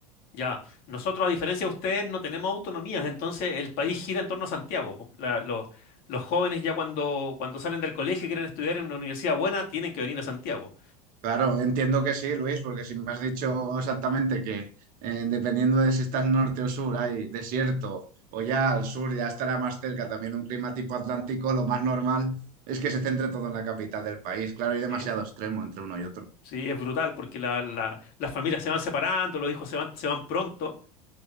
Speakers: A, on the left (about 50°); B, on the right (about 45°).
A: ya. Nosotros, a diferencia de ustedes, no tenemos autonomías, entonces el país gira en torno a Santiago. po. La- los, los jóvenes ya cuando, cuando salen del colegio y quieren estudiar en una universidad buena, tienen que venir a Santiago.
B: Claro, entiendo que sí, Luis, porque si me has dicho exactamente que eh, dependiendo de si estás norte o sur hay desierto o ya al sur ya estará más cerca también un clima tipo atlántico, lo más normal es que se centre todo en la capital del país. Claro, hay demasiado
A: Sí,
B: extremo entre uno y otro.
A: sí, es brutal porque la- la- las familias se van separando, los hijos se van, se van pronto.